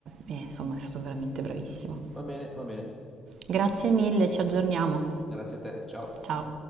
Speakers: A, on the right (about 65°); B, in the centre.
A: eh, insomma, è stato veramente bravissimo.
B: Va bene, va bene.
A: Grazie mille, ci aggiorniamo.
B: Grazie a te, ciao.
A: Ciao.